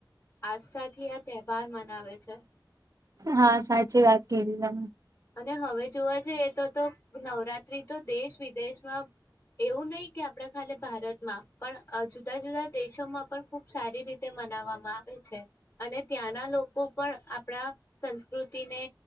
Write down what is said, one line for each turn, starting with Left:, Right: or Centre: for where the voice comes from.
Left: આસ્થાથી આ તહેવાર મનાવે છે.
Right: હા સાચી વાત કે તમે.
Left: અને હવે જોવા જઈએ તો તો નવરાત્રી તો દેશ વિદેશમાં એવું નહી કે આપણા ખા ભારતમાં પણ જુદા જુદા દેશોમાં પણ ખુબ સારી રીતે મનાવવામાં. આવે છે અને. ત્યાંના લોકો પણ આપણા સંસ્કૃતિને